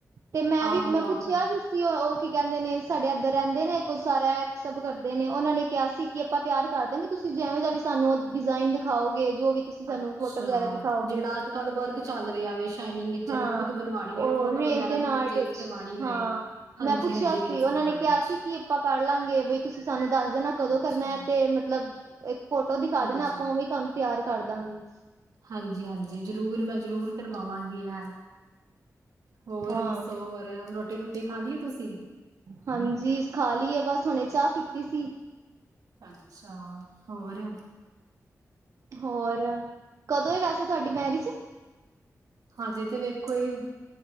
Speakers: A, on the right; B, on the right.
A: ਤੇ ਮੈਂ
B: ਆਹੋ
A: ਵੀ ਮੈਂ ਪੁੱਛਿਆ
B: ਆਹੋ
A: ਵੀ। ਤੁਸੀਂ ਉਹ ਕੀ ਕਹਿੰਦੇ ਨੇ ਸਾਡੇ ਏਧਰ ਰਹਿੰਦੇ ਨੇ ਇੱਕ ਸਰ ਉਹ ਇਹ ਸਭ ਕਰਦੇ ਨੇ ਉਹਨਾਂ ਨੇ ਕਿਹਾ ਸੀ ਕਿ। ਆਪਾਂ ਤਿਆਰ ਕਰ ਦਾਂਗੇ ਤੁਸੀਂ ਜਿਵੇਂ ਦਾ ਵੀ ਸਾਨੂੰ ਡਿਜ਼ਾਇਨ ਦਿਖਾਓਗੇ ਜੋ ਵੀ। ਤੁਸੀਂ ਸਾਨੂੰ
B: ਅੱਛਾ
A: ਫੋਟੋ ਵਗੈਰਾ ਦਿਖਾਓਗੇ
B: ਜਿਹੜਾ ਅੱਜ ਕੱਲ ਵਰਕ ਚੱਲ ਰਿਹਾ ਵੇ। ਸ਼ਨਿੰਗ ਜਿਵੇਂ
A: ਹਾਂ
B: ਖੁਦ ਬਣਵਾਣੀ
A: ਉਹ
B: ਹੋ ਫੋਟੋ
A: ਰੇਜ਼ਨ
B: ਵਗੈਰਾ ਵੀ
A: ਆਰਟ
B: ਪਰਚੇਸ
A: ਵਿੱਚ
B: ਕਰਵਾਣੀ ਹੋਏ
A: ਹਾਂ
B: ਹਾਂਜੀ
A: ਮੈਂ ਪੁੱਛਿਆ
B: ਹਾਂਜੀ
A: ਸੀ
B: ਰੇਸਿੰਗ
A: ਉਹਨਾਂ ਨੇ
B: ਆਰਟ।
A: ਕਿਹਾ
B: ਵਿੱਚ
A: ਸੀ ਕੀ ਆਪਾਂ ਕਰ ਲਾਂਗੇ ਬਈ ਤੁਸੀਂ ਸਾਨੂੰ ਦੱਸ ਦੇਣਾ ਕਦੋਂ
B: ਅੱਛਾ
A: ਕਰਨਾ ਹੈ ਤੇ ਮਤਲਬ। ਫੋਟੋ ਦਿਖਾ
B: ਹਾਂਜੀ
A: ਦੇਣਾ ਆਪਾਂ ਉਹ ਵੀ ਤੁਹਾਨੂੰ ਤਿਆਰ ਕਰ ਦਾਂਗੇ।
B: ਹਾਂਜੀ ਹਾਂਜੀ ਜ਼ਰੂਰ ਮੈਂ ਜ਼ਰੂਰ ਕਰਵਾਵਾਂਗੀ ਇਹ। ਹੋਰ
A: ਹਾਂ
B: ਦੱਸੋ ਹੋਰ ਰੋਟੀ ਰੂਟੀ ਖਾ ਲਈਏ ਤੁਸੀਂ।
A: ਹਾਂਜੀ ਖਾ ਲਈਏ ਬਸ ਹੁਣੇ ਚਾਹ ਪੀਤੀ ਸੀ।
B: ਅੱਛਾ ਹੋਰ।
A: ਹੋਰ ਕਦੋਂ ਆ ਵੈਸੇ ਤੁਹਾਡੀ ਮੈਰਿਜ।
B: ਹਾਂਜੀ ਤੇ ਵੇਖੋ ਇਹ